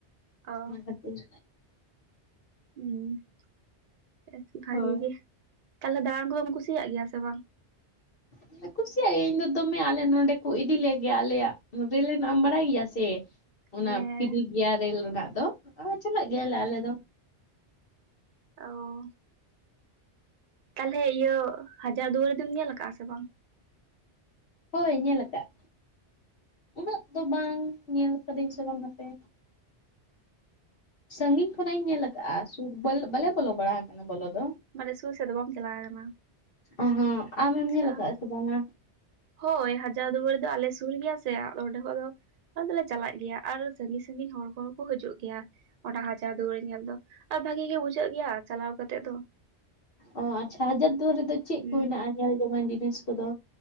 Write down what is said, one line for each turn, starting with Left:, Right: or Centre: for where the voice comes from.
Right: ᱚ
Left: ᱚᱱᱟ ᱠᱷᱟᱹᱛᱤᱨ,
Right: ᱦᱩᱸ ᱵᱷᱟᱜᱮ
Left: ᱦᱳᱭ
Right: ᱜᱮ ᱛᱟᱦᱞᱮ ᱫᱟᱬᱟᱱ ᱠᱚᱫᱚᱢ ᱠᱩᱥᱤᱭᱟᱜ ᱜᱮᱭᱟ ᱥᱮ ᱵᱟᱝ,
Left: ᱤᱧ ᱫᱚ ᱠᱩᱥᱤᱭᱟᱜ-ᱤᱧ ᱤᱧ ᱫᱚ ᱫᱚᱢᱮ ᱟᱞᱮ ᱱᱚᱸᱰᱮ ᱠᱚ ᱤᱫᱤ ᱞᱮ ᱜᱮᱭᱟ ᱟᱞᱮᱭᱟᱜ ᱨᱮᱞ ᱨᱮᱭᱟᱜ ᱮᱢ ᱵᱟᱲᱟᱭ ᱜᱮᱭᱟ ᱥᱮ, ᱚᱱᱟ
Right: ᱦᱮᱸ
Left: ᱯᱷᱤᱨᱤ ᱜᱮᱭᱟ ᱨᱮᱹᱞ ᱨᱮᱱᱟᱜ ᱫᱚ ᱪᱟᱞᱟᱜ ᱜᱮᱭᱟᱞᱮ ᱟᱞᱮ ᱫᱚ
Right: ᱟᱣᱳ ᱛᱟᱦᱚᱞᱮ ᱤᱭᱟᱹ ᱦᱟᱡᱟᱨ ᱫᱩᱣᱟᱹᱨᱤᱢ ᱧᱮᱞ ᱠᱟᱜ-ᱟ ᱥᱮ ᱵᱟᱝ,
Left: ᱦᱳᱭ ᱧᱮᱞ ᱟᱠᱟᱫ, ᱩᱱᱟᱹᱜ ᱫᱚ ᱵᱟᱝ ᱧᱮᱞ ᱠᱟᱫᱤᱧ ᱥᱮ ᱵᱟᱝ ᱦᱟᱯᱮ, ᱥᱟᱺᱜᱤᱧ ᱠᱷᱚᱱᱟᱜ ᱤᱧ ᱧᱮᱞ ᱟᱠᱟᱫᱼᱟ ᱥᱩᱨ ᱵᱟᱞᱮ ᱵᱚᱞᱚ ᱵᱟᱲᱟ ᱟᱠᱟᱱᱟ ᱵᱚᱞᱚ ᱫᱚ,
Right: ᱢᱟᱱᱮ ᱥᱩᱨ ᱥᱮᱫ ᱫᱚ ᱵᱟᱢ ᱪᱟᱞᱟᱣ ᱠᱟᱱᱟ
Left: ᱚ-ᱦᱚᱸ ᱟᱢ ᱮᱢ
Right: ᱟᱪᱪᱷᱟ
Left: ᱧᱮᱞ ᱠᱟᱜ ᱥᱮ ᱵᱟᱝ-ᱟ?
Right: ᱦᱳᱭ ᱦᱟᱡᱟᱨ ᱫᱩᱣᱟᱹᱨᱤ ᱫᱚ ᱟᱞᱮ ᱥᱩᱨ ᱜᱮᱭᱟ ᱥᱮ ᱟᱫᱚ ᱚᱸᱰᱮ ᱠᱷᱚᱱ ᱫᱚ ᱟᱞᱮ ᱫᱚᱞᱮ ᱪᱟᱞᱟᱜ ᱜᱮᱭᱟ ᱟᱨᱚ ᱥᱟᱺᱜᱤᱧ ᱥᱟᱺᱜᱤᱧ ᱦᱚᱲ ᱠᱚᱦᱚᱸ ᱠᱚ ᱦᱤᱡᱩᱜ ᱜᱮᱭᱟ᱾ ᱚᱱᱟ ᱦᱟᱡᱟᱨ ᱫᱩᱣᱟᱹᱨ ᱧᱮᱞ ᱫᱚ ᱟᱨ ᱵᱷᱟᱜᱤ ᱜᱮ ᱵᱩᱡᱷᱟᱹᱜ ᱜᱮᱭᱟ ᱪᱟᱞᱟᱣ ᱠᱟᱛᱮ ᱫᱚ
Left: ᱚ ᱟᱪᱪᱷᱟ ᱦᱟᱡᱟᱨ ᱫᱩᱣᱟᱹᱨ ᱨᱮᱫᱚ ᱪᱮᱫ
Right: ᱦᱩᱸ
Left: ᱠᱚ ᱦᱮᱱᱟᱜᱼᱟ ᱧᱮᱞ ᱡᱚᱝᱟᱱ ᱡᱤᱱᱤᱥ ᱠᱚᱫᱚ‍?